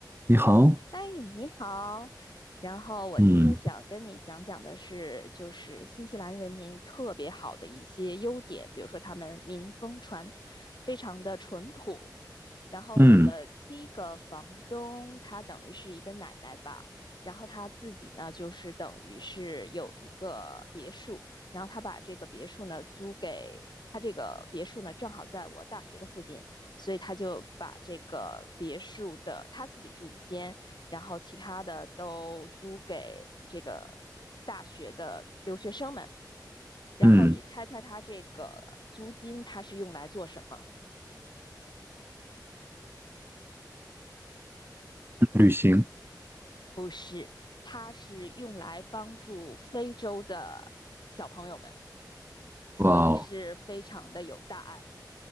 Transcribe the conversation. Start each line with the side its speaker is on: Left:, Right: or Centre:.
Right: 你好，
Left: 哎，你好。然后我今天想跟你讲讲的是，
Right: 嗯
Left: 就是新西兰人民特别好的一些优点，比如说他们民风传非常的淳朴，然后我的第一个房东，
Right: 嗯
Left: 她等于是一个奶奶吧，然后她自己呢，就是等于是有一个别墅，然后她把这个别墅呢租给。他，这个别墅呢，正好在我大学的附近，所以他就把这个别墅的他自己住一间，然后其他的都租给这个大学的留学生们。然后你猜猜他这个租金他是用来做什么？
Right: 嗯，旅行，
Left: 不是，它是用来帮助非洲的小朋友们，所以是非常的有大爱。
Right: 哇哦，